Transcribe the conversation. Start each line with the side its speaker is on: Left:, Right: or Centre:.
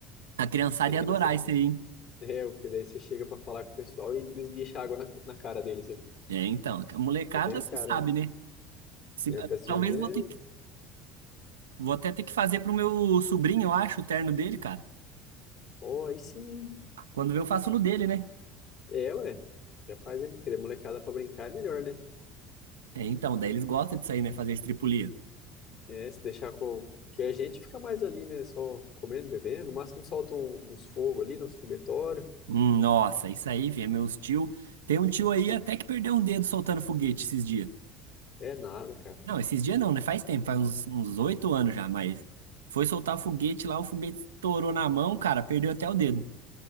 Right: a criançada
Left: Isso é engraçado.
Right: ia adorar esse aí, hein?
Left: É, porque daí você chega pra falar com o pessoal e esguicha água na, na cara deles ali.
Right: É, então, a molecada,
Left: É bem a
Right: você
Left: cara,
Right: sabe, né? Se-
Left: né?
Right: ah,
Left: Festa
Right: talvez
Left: junina
Right: vou
Left: é.
Right: ter que- vou até ter que fazer pro meu sobrinho, eu acho, o terno dele, cara.
Left: Pô, aí sim.
Right: Quando vê, eu faço no dele, né?
Left: É, ué. Já faz ali, porque de molecada pra brincar é melhor, né?
Right: É, então, daí eles gostam disso aí, né? Fazer estripulia.
Left: É, se deixar com. Porque a gente fica mais ali, né? Só comendo, bebendo. No máximo solta um- uns fogos ali, nos foguetórios.
Right: Hum, Nossa, isso aí, velho, meus tio. Tem um tio aí até que perdeu um dedo soltando foguete esses dias.
Left: É nada, cara.
Right: Não, esses dias não, né? Faz tempo, faz uns uns oito anos já, mas foi soltar o foguete lá, o foguete estourou na mão, cara, perdeu até o dedo.